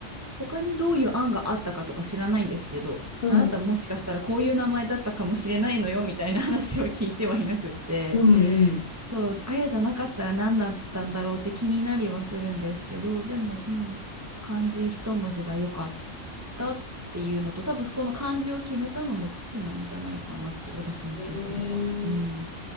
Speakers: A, on the right; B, on the left.
A: 他にどういう案があったかとか知らないんですけど、
B: うん、
A: あなたもしかしたらこういう名前だったかもしれないのよみたいな話は聞いてはいなくて、
B: うんうん
A: そう、あやじゃなかったら何だったんだろうって気になりはするんですけど、でも、うん、漢字一文字が良かったっていうのと、多分この漢字を決めたのも父なんじゃないかなって、私の記憶では。
B: えー、
A: うん。